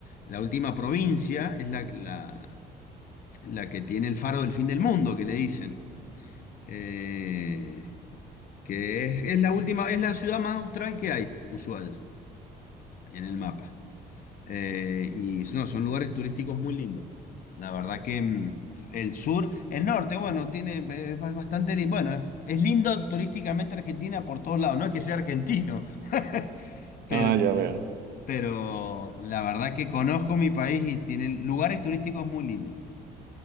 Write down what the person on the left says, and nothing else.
la última provincia, es la, la, la que tiene el faro del fin del mundo, que le dicen. Eh, que es, es la última, es la ciudad más austral que hay, Ushuaia, en el mapa. Eh, y no, son lugares turísticos muy lindos. La verdad que mm, el sur, el norte, bueno, tiene, eh, es ba- bastante lindo. Bueno, es es lindo turísticamente Argentina por todos lados. No es que sea argentino, <laughs> pero,
pero la verdad que conozco mi país y tiene lugares turísticos muy lindos.